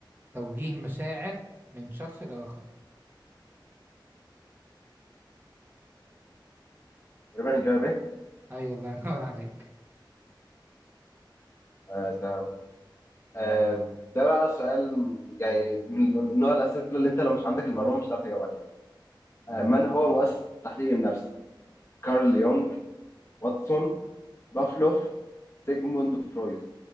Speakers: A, on the right; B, on the left.
A: توجيه مشاعر من شخص لآخر
B: تقريبا الجواب ايه؟
A: أيوة الله <laughs> ينور عليك
B: آه تمام آه ده بقى سؤال يعني من من نوع الأسئلة اللي أنت لو مش عندك المعلومة مش هتعرف تجاوب عليها آه من هو مؤسس التحليل النفسي؟ كارل يونغ واتسون بافلوف سيجموند فرويد